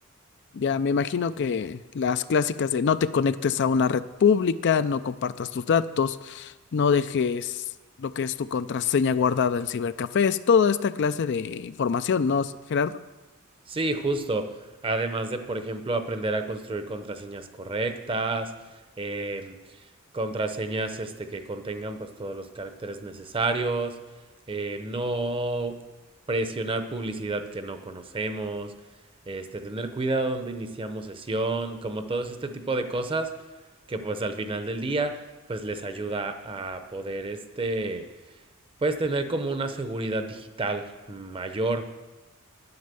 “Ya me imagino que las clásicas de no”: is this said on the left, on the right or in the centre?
Left